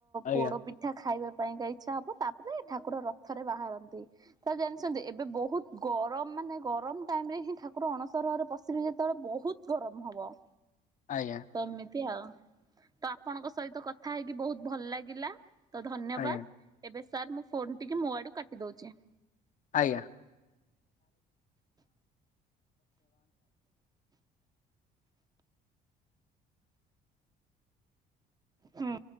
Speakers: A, on the left (about 50°); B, on the right (about 20°).
A: ଆଜ୍ଞା
B: ପୋଡ ପି ଠା ଖାଇବା ପାଇଁକା ଇଚ୍ଛା ହବ, ତାପରେ ଠାକୁର ରଥରେ ବାହାରନ୍ତି। ତାହେଲେ ଜାଣିଛନ୍ତି ଏବେ ବହୁତ୍ ଗରମ୍ ମାନେ ଗରମ୍ ଟାଇମ୍ ରେ ହିଁ ଠାକୁର ଅଣସର ଘରେ ପଶିବେ ଯେତେବେଳେ ବହୁତ୍ ଗରମ୍ ହବ।
A: ଆଜ୍ଞା।
B: ତ ଏମିତି ଆଉ, ତ ଆପଣଙ୍କ ସହିତ କଥା ହେଇକି ବହୁତ୍ ଭଲ୍ ଲାଗିଲା। ତ ଧନ୍ୟବାଦ୍,
A: ଆଜ୍ଞା
B: ଏବେ ସାର୍ ମୁଁ ଫୋନ୍ ଟିକି ମୋ ଆଡୁ କାଟି ଦଉଚି।
A: ଆଜ୍ଞା।
B: ହୁଁ।